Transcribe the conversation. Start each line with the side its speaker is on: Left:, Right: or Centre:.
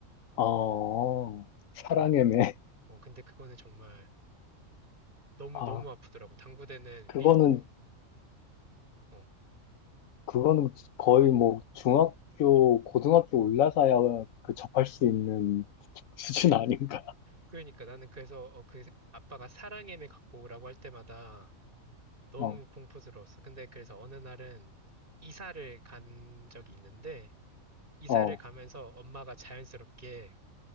Left: 어, 사랑의
Right: 어,
Left: 매.
Right: 어, 근데 그거는 정말 너무,
Left: 아,
Right: 너무 아프더라고. 당구대는
Left: 그거는,
Right: 밀, 어,
Left: 그거는 거의 뭐 중학교, 고등학교 올라가야 그 접할 수 있는 <laughs> 수준 아닌가?
Right: 그러니까 나는 그래서 어, 그 아빠가 사랑해매 갖고 오라고 할 때마다 너무
Left: 어,
Right: 공포스러웠어. 근데 그래서 어느 날은 이사를 간 적이 있는데 이사를
Left: 어,
Right: 가면서 엄마가 자연스럽게